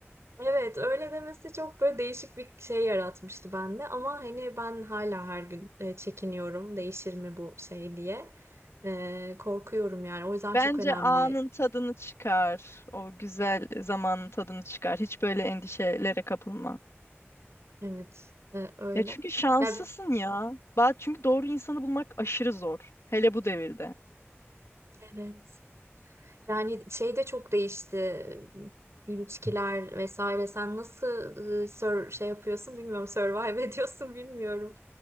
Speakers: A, on the right; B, on the left.
A: Evet öyle demesi çok böyle değişik bir şey yaratmıştı bende ama hani ben hala her gün e, çekiniyorum değişir mi bu şey diye E, korkuyorum yani o yüzden
B: Bence
A: çok önemli
B: anın tadını çıkar. O güzel zamanın tadını çıkar. Hiç böyle endişelere kapılma.
A: evet e, öyle
B: Ya çünkü şanslısın
A: ya
B: ya. Ba- Çünkü doğru insanı bulmak aşırı zor. Hele bu devirde.
A: evet yani şey de çok değişti e, ilişkiler vesaire sen nasıl e, sur- şey yapıyorsun bilmiyorum survive <laughs> ediyorsun bilmiyorum